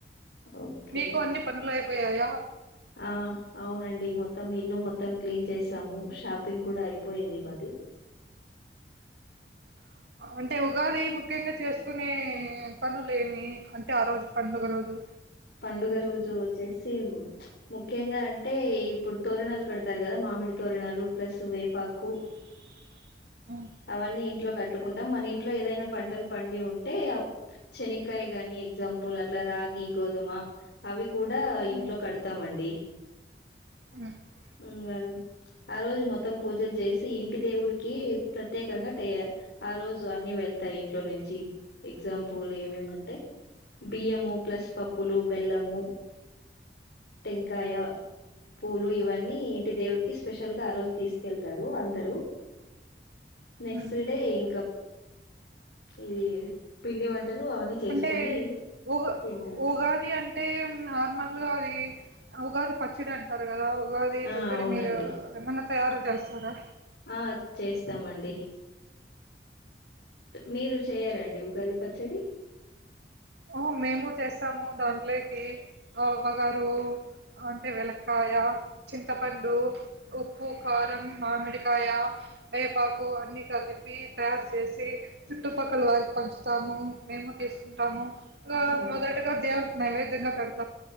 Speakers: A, on the left (about 75°); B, on the right (about 75°).
A: ఓకే
B: మీకు అన్ని పనులు అయిపోయాయా
A: ఆ అవునండి మొత్తం ఇల్లు మొత్తం క్లీన్ చేసాము షాపింగ్ కూడా అయిపో పోయింది మాది
B: <inaudible> అంటే ఉగాది ముఖ్యంగా చేసుకునే పనులు ఏమి అంటే ఆరోజు పండుగ రోజు
A: పండుగ రోజు వచ్చేసి ప్చ్ ముఖ్యంగా అంటే ఇప్పుడు తోరణాలు కడతారు కదా మా మామిడి తోరనాలు ప్లస్సు వేపాకు
B: <inaudible> ఉ
A: అవన్నీ ఇంట్లో కట్టుకుంటం మన ఇంట్లో ఏదైనా పంటలు పండి ఉంటే అప్ చనిక్కాయ కాని ఎగ్జాంపుల్ అట్లా రాగి గోధుమ అవి కూడా ఇంట్లో
B: ఉ
A: కడతామండి
B: ఉ
A: హ్మ్మ్ ఇంగ ఆ రోజు మొత్తం పూజలు చేసి ఇంటి దేవుడికి ప్రత్యేకంగా టె ఆ రోజు అన్ని వెళ్ తాయ్ ఇంట్లో నుంచి ఎగ్జాంపుల్ ఏమేమంటే బియ్యము ప్లస్ పప్పులు బెల్లము టెంకాయ పూలు ఇవన్నీ ఇంటి దేవుడికి స్పెషల్ గా ఆరోజు తీసుకెళ్తారు అందరూ నెక్స్ట్
B: ఉ
A: డే ఇంకా ఈ పిండి వంట లు అవన్నీ చేసుకుని
B: అంటే ఉగా
A: తింట
B: ఉగాది అంటే నార్మల్‌గా అది ఉగాది పచ్చడి అంటారు కదా ఉగాది
A: ఆ
B: పచ్చడి
A: అవునండి
B: మీరు ఏమన్నా తయారు చేస్తారా
A: ఆ చేస్తామండి మీరు చేయారా అండి డి ఉగాది పచ్చడి
B: ఓ మేము చేస్తాము దాంట్లోకి ఆ వగరు అంటే వెలక్కాయ్ యా చింతపండు ఉప్పు కారం మామిడికాయ వేపాకు అన్నీ కలిపి తయారు చేసి చుట్టుపక్కల వారికి పంచుతాము మేము తీసుకుంటాము ఇంకా
A: అవు
B: మొదటిగా దేవుడికి నైవేద్యంగా పెడుతం